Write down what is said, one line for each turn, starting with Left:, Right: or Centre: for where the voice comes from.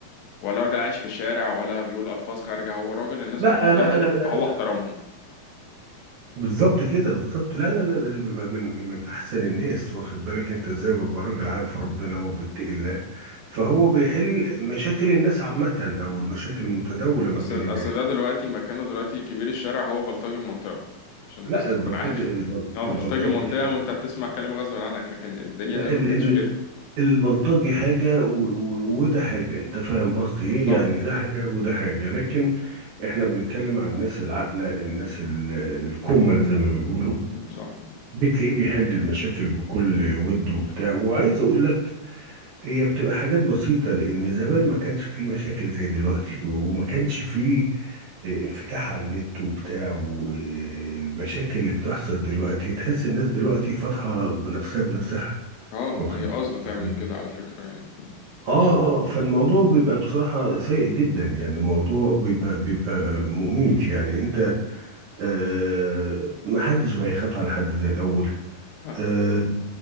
Left: ولا راجل عايش في الشارع ولا بيقول ألفاظ خارجة هو راجل الناس
Right: لا
Left: بتحترمه
Right: لا لا لا
Left: فهو
Right: لا
Left: احترمهم
Right: بالظبط كده بالظبط لا لا لا لا، ده بيبقى من من احسن الناس واخد بالك انت ازاي وبيبقى راجل عارف ربنا وبيتقي الله فهو بيحل مشاكل الناس عامة او المشاكل المتداولة ما
Left: اصل
Right: بين الناس
Left: اصل ده دلوقتي مكانه دلوقتي كبير الشارع هو بلطجي المنطقة عشان
Right: لا
Left: بس تكون
Right: البلطجي
Left: عارف <laughs>
Right: البل-
Left: هو بلطجي
Right: البلطجي
Left: المنطقة
Right: حاجة
Left: وانت هتسمع كلام غصب عنك لكن الدنيا
Right: لا
Left: زمان
Right: ال
Left: ما كانتش
Right: ال
Left: كده
Right: البلطجي حاجة و- و- وده حاجة انت فاهم قصدي ايه
Left: صح
Right: يعني ده حاجة وده حاجة لكن احنا بنتكلم عن الناس العاقلة الناس ال- الكمل زي ما بيقولوا
Left: صح
Right: بتلاقيه بيحل المشاكل بكل ود وبتاع وعايز اقول لك هي بتبقى حاجات بسيطة لان زمان ما كانش فيه مشاكل زي دلوقتي وما كانش فيه آه، انفتاح على النت وبتاع والمشاكل اللي بتحصل دلوقتي تحس الناس دلوقتي فاتحة بنفسها بنفسها
Left: اه
Right: واخد
Left: هي
Right: بالك
Left: قصده تعمل
Right: ازاي؟
Left: كده على فكرة يعني
Right: اه آه، فالموضوع بيبقى بصراحة سيء جدا يعني الموضوع بيبقى بيبقى مميت يعني انت آه محدش بقى يخاف على حد زي الاول
Left: آه.
Right: آه